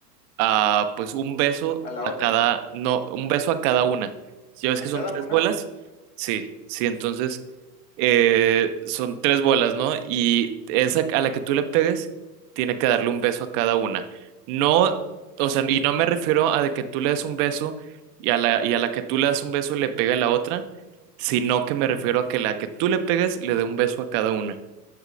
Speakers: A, on the right (about 35°); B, on the left (about 65°).
A: a, pues un beso
B: A la
A: a
B: otra.
A: cada, no, un beso a cada una. Si ves que
B: A
A: son
B: cada
A: tres
B: una
A: bolas, sí, sí, entonces eh, son tres bolas, ¿no? Y esa a la que tú le pegues, tiene que darle un beso a cada una. No, o sea, y no me refiero a de que tú le des un beso y a la, y a la que tú le das un beso le pega a la otra, sino que me refiero a que la que tú le pegues le dé un beso a cada una.